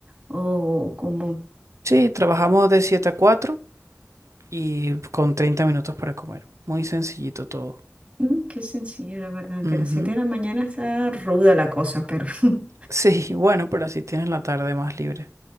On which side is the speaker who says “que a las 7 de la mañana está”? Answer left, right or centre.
Right